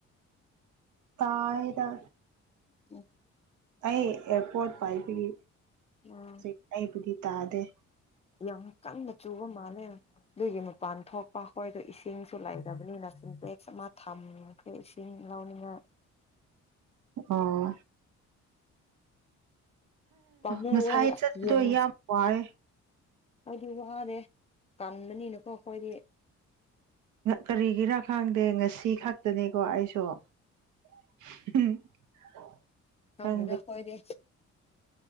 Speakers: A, on the right; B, on the left.
A: ꯇꯥꯏꯗ
B: <unintelligible>
A: ꯑꯩ ꯑꯦꯔꯄꯣꯔꯠ ꯄꯥꯏꯕꯒꯤ꯫
B: <unintelligible>
A: ꯍꯧꯖꯤꯛ ꯑꯩꯕꯨꯗꯤ ꯇꯥꯗꯦ꯫
B: ꯌꯥꯝ ꯀꯟꯅ ꯆꯨꯕ ꯃꯥꯜꯂꯦ꯫ ꯑꯗꯨꯏꯒꯤ ꯃꯄꯥꯟ ꯊꯣꯛꯄ ꯑꯩꯈꯣꯏꯗꯣ ꯏꯁꯤꯡꯁꯨ ꯂꯩꯗꯕꯅꯤꯅ ꯁꯤꯟꯇꯦꯛꯁ ꯑꯃ ꯊꯝ ꯑꯩ ꯏꯁꯤꯡ ꯂꯥꯎꯅꯤꯡꯉꯥꯏ꯫
A: ꯑꯥ꯫
B: ꯄꯃꯨꯋ
A: ꯉꯁꯥꯏ ꯆꯠꯄꯗꯣ
B: ꯌꯦꯟ
A: ꯌꯥꯝ ꯋꯥꯔꯦ
B: ꯑꯩꯗꯤ ꯋꯥꯔꯦ ꯀꯟꯕꯅꯤꯅꯀꯣ ꯑꯩꯈꯣꯏꯗꯤ
A: ꯀꯔꯤꯒꯤꯔꯥ ꯈꯪꯗꯦ ꯉꯁꯤ ꯈꯛꯇꯅꯤꯀꯣ ꯑꯩꯁꯨ <unintelligible>
B: ꯈꯪꯗꯦꯗ
A: ꯈꯪꯗꯦ
B: ꯍꯣꯏꯗꯤ